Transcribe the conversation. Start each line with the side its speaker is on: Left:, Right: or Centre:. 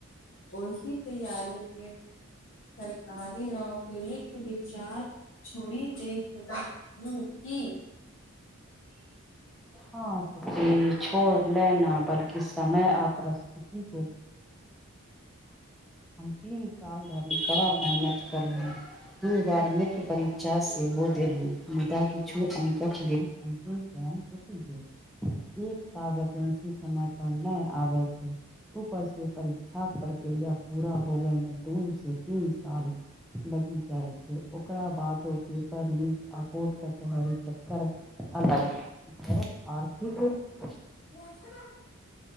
Left: ओहि तैयारी के सरकारी नौकरीक विचार <unintelligible>
Centre: हँ छोड़ लेना बल्कि समय अप्रत <unintelligible> <inaudible> हम तीन साल धरि कड़ा <unintelligible> तीन बार मुख्य परीक्षा सेहो देलहु मुदा किछु अंकक लेल अन्तिम चयन <unintelligible> एकता वैकेन्सी समय पर नहि आबै छै ऊपर से परीक्षा प्रक्रिया पूरा होबे मे दू से तीन साल लगी जाइ छै ओकरा बाद ओ पेपर लीक आ कोर्ट कचहरी चक्कर अलग घर कऽ आर्थिक <inaudible>
Left: <unintelligible>